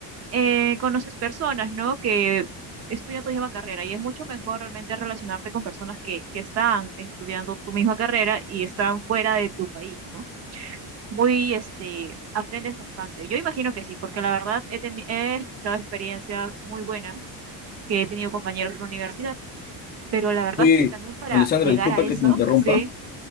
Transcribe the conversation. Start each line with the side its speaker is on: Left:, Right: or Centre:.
Right: eh, conoces personas, ¿no? Que estudian tu misma carrera y es mucho mejor realmente relacionarte con personas que, que están estudiando tu misma carrera y están fuera de tu país, ¿no? Muy, este, aprendes bastante. Yo imagino que sí, porque la verdad he, teni- he escuchado experiencias muy buenas que he tenido compañeros en la universidad, pero la verdad
Left: Oye,
Right: es que también para
Left: Alessandra,
Right: llegar
Left: disculpa
Right: a eso,
Left: que te interrumpa.
Right: sí,